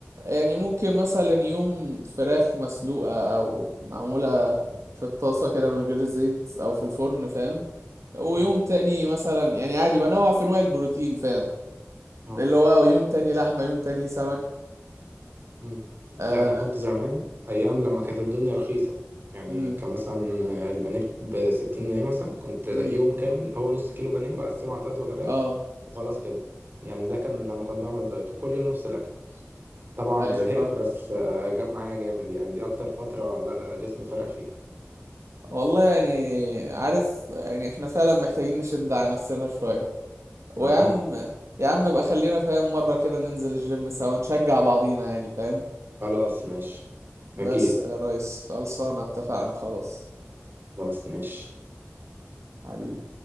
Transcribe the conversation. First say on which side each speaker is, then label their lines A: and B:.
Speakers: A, on the right (about 80°); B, on the right (about 50°).
A: يعني ممكن مثلا يوم فراخ مسلوقة أو معمولة
B: مم.
A: في الطاسة كده من غير زيت أو في الفرن فاهم ويوم
B: مم.
A: تاني مثلا يعني عادي بنوع في أنواع البروتين فاهم
B: اه
A: اللي هو يوم تاني لحمة يوم تاني سمك
B: مم.
A: آه
B: لا انا كنت زمان ايام
A: مم،
B: لما كانت الدنيا رخيصه يعني
A: مم،
B: كان مثلا آه، البانيه ب 60 جنيه مثلا كنت يوم
A: مم.
B: كامل هو نص كيلو بانيه بقسمه على ثلاث وجبات
A: آه
B: وخلاص كده يعني ده كان لما كنت بعمل دايت وكل يوم نفس الاكل طبعا
A: أيوة
B: زهقت
A: فاهم
B: بس آه، جاب معايا جامد يعني دي اكتر فتره لا جسمي فرق فيها
A: والله يعني عارف يعني إحنا فعلا محتاجين نشد على نفسنا شوية
B: اه
A: ويا عم
B: آه.
A: يا عم بقى خلينا فاهم مرة كده ننزل الجيم سوا نشجع بعضينا يعني فاهم
B: خلاص ماشي
A: بس
B: اكيد
A: يا ريس خلصانة اتفقنا خلاص
B: خلاص ماشي
A: حبيبي